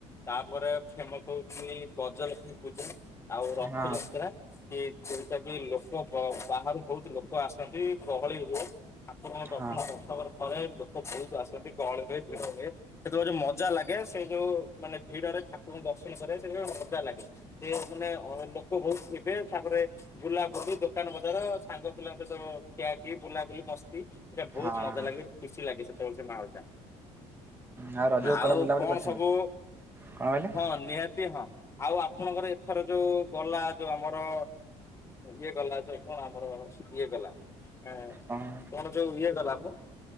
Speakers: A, on the left; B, on the right.
A: ତାପରେ ଫେମସ ହଉଚି ଗଜଲକ୍ଷ୍ମୀ ପୂଜା ଆଉ ରଥଯାତ୍ରା
B: ହଁ
A: କି ଯେଉଟା କି ଲୋକ ବ-ବାହାରୁ ବହୁତ୍ ଲୋକ ଆସନ୍ତି ଗହଳି ହୁଏ। ଠାକୁରଙ୍କ ଦର୍ଶନ
B: ହଁ
A: ବର୍ଷକରେ ଥରେ ଲୋକ ବହୁତ ଆସନ୍ତି ଗହଳି ହୁଏ ଭିଡହୁଏ। ସେତେଳେ ଗୋଟେ ମଜାଲାଗେ ସେ ଯୋଉ ମାନେ ଭିଡରେ ଠାକୁଙ୍କୁ ଦର୍ଶନ କରିବା ସେତିକିବେଳେ ମଜା ଲାଗେ। ସେ ମାନେ ଅ ଲୋକ ବହୁତ୍ ଥିବେ ତାପରେ ବୁଲାବୁଲି ଦୋକାନ ବଜାର ସାଙ୍ଗ ପିଲାଙ୍କ ସହିତ ଖିଆଖି ବୁଲାବୁଲି ମସ୍ ସ୍ତି ସେଇଟା ବହୁତ
B: ହଁ।
A: ମଜା ଲାଗେ ଗୋଟେ ଖୁସି ଲାଗେ ସେତେବେଳେ ସେ ମାହୋଲ୍ ଟା।
B: ଆଉ ରଜକୁ କୁଆଡ଼େ
A: ଆଉ
B: ବୁଲାବୁଲି
A: କଣ
B: କରିଥିଲେ?
A: ସବୁ
B: କଣ କହିଲେ?
A: ହଁ ନିହାତି ହଁ। ଆଉ ଆପଣଙ୍କର ଏଥର ଯୋଉ ଗଲା ଯୋଉ ଆମର ଇଏ ଗଲା ତ କଣ ଆମର ଇଏ ଗଲା ଏଁ
B: ହଁ।
A: କଣ ଯୋଉ ଇଏ ଗଲା ମ